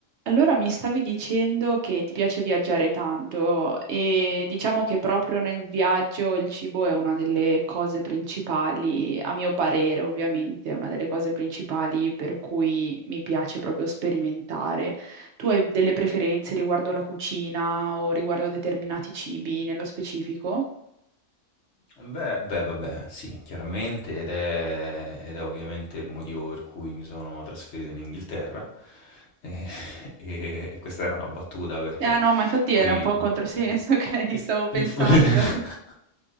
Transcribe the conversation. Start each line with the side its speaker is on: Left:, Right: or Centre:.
Right: Allora mi stavi dicendo che ti piace viaggiare tanto e diciamo che proprio nel viaggio il cibo è una delle cose principali, a mio parere ovviamente, è una delle cose principali per cui mi piace proprio sperimentare. Tu hai delle preferenze riguardo la cucina o riguardo determinati cibi nello specifico?
Left: Beh, beh, vabbè, sì, chiaramente ed è, ed è ovviamente il motivo per cui mi sono trasferito in Inghilterra. E, <laughs> e- e questa era una battuta perché
Right: Ah no, ma infatti
Left: qui
Right: era un po' un
Left: il,
Right: controsenso, <laughs> ok?
Left: il-
Right: Stavo pensando.
Left: il- <laughs>